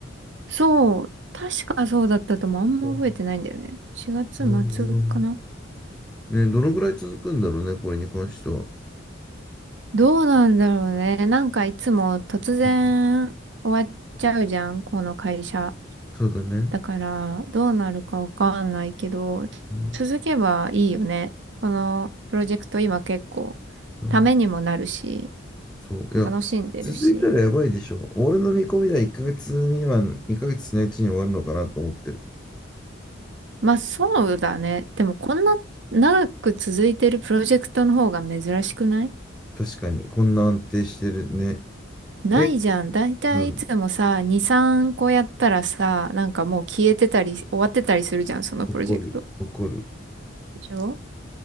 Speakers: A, on the right; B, in the centre.
A: そう。確かそうだったともあんま覚えてないんだよね。
B: うん
A: 4月末かな。
B: なるほどな。ね、どのぐらい続くんだろうね、これに関しては。
A: どうなんだろうね。なんかいつも突然終わっちゃうじゃん、
B: うん
A: この会社。
B: そうだね。
A: だから、どうなるかわかんないけど、
B: うん。
A: 続けばいいよね。このプロジェクト今結構、
B: うん。
A: ためにもなるし、
B: そう。いや、
A: 楽しんでるし。
B: 続いたらやばいでしょ。俺の見込みでは1ヶ月未満、2ヶ月のうちに終わるのかなと思ってる。
A: まあそうだね。でもこんな長く続いてるプロジェクトの方が珍しくない
B: 確かに。こんな安定してるね。
A: ないじゃん。
B: え、
A: だいたいいつもさ、
B: うん。
A: 2、3個やったらさ、なんかもう消えてたり、終わってたりするじゃん、そのプロジェクト。
B: 怒る、怒る。
A: でしょ